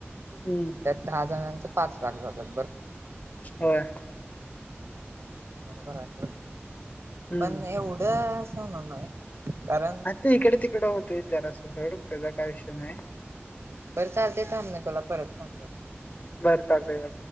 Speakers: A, on the left; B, on the right.
A: हम्म
B: तर दहा जणांचा. पाच लाख होतात.
A: होय.
B: बरोबर आहे तर
A: हम्म
B: पण एवढं असं होणार नाही. कारण
A: आ ते इकडे तिकड होतो जरा अस सोड त्यांचा काय विषय नाही.
B: बरं चालते थांब मी तुला परत फोन करतो.
A: बर चालतय.